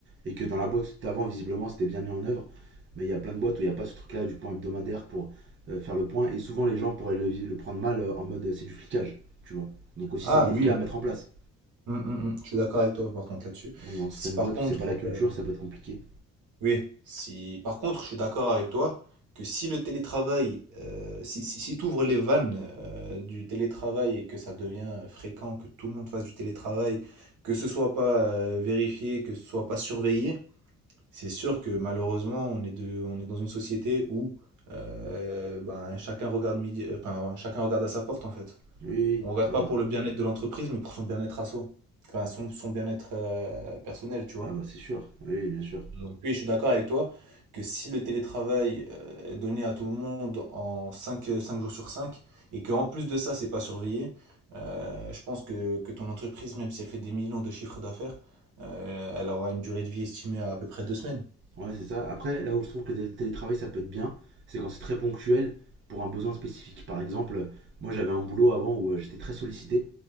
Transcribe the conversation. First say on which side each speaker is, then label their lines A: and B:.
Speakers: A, on the right (about 40°); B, on the right (about 80°).
A: et que dans la boîte d'avant, visiblement, c'était bien mis en œuvre. Mais il y a plein de boîtes où il n'y a pas ce truc-là du point hebdomadaire pour euh, faire le point, et souvent les gens pourraient le, le prendre mal euh, en mode euh, c'est du flicage, tu vois. Donc aussi,
B: Ah
A: c'est délicat
B: oui,
A: à mettre en place.
B: Mm, mm, mm. Je suis d'accord avec toi par contre là-dessus.
A: Donc, dans certaines
B: Si par
A: boîtes
B: contre,
A: où c'est pas la culture,
B: euh,
A: ça peut être compliqué.
B: Oui, si par contre, je suis d'accord avec toi que si le télétravail, euh, si, si, si tu ouvres les vannes euh, du télétravail et que ça devient euh, fréquent, que tout le monde fasse du télétravail, que ce soit pas euh, vérifié, que ce soit pas surveillé, c'est sûr que malheureusement, on est de, on est dans une société où euh, ben, chacun regarde midi- euh, enfin, chacun regarde à sa porte en fait.
A: Oui, oui,
B: On regarde pas
A: oui.
B: pour le bien-être de l'entreprise, mais pour son bien-être à soi. Enfin, son, son bien-être euh, personnel, tu vois.
A: Ah, ah bah c'est sûr, oui, bien sûr.
B: Donc oui, je suis d'accord avec toi que si le télétravail euh, est donné à tout le monde en cinq jours sur cinq et qu'en plus de ça, c'est pas surveillé, euh, je pense que, que ton entreprise, même si elle fait des millions de chiffres d'affaires, euh, elle aura une durée de vie estimée à à peu près deux semaines.
A: Ouais, c'est ça. Après, là où je trouve que le télétravail, ça peut être bien, c'est quand c'est très ponctuel pour un besoin spécifique. Par exemple, moi j'avais un boulot avant où euh, j'étais très sollicité.